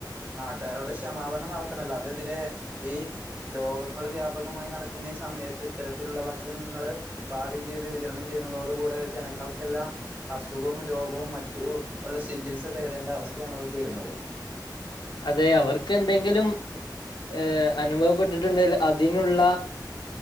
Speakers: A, on the right; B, on the left.
A: നാട്ടുകാരോട് ക്ഷമാപനം നടത്തണല്ലോ അതെതിരെ ഈ രോഗങ്ങള് വ്യാപകമായി നടക്കുന്ന ഈ സമയത്ത് ഇത്തരത്തിലുള്ള ഭക്ഷണങ്ങള് പാകം ചെയ്ത് വിതരണം ചെയ്യുന്നതോട് കൂടെ ജനങ്ങൾക്കെല്ലാം അസുഖവും രോഗവും മറ്റു ഉള്ള ചികിത്സ തേടേണ്ട അവസ്ഥയാണ് ഓൽക്ക് വെരുന്നത്.
B: അതെ അവർക്കെന്തെങ്കിലും ഏഹ് അനുഭവപ്പെട്ടിട്ട്ണ്ടേൽ അതിനുള്ള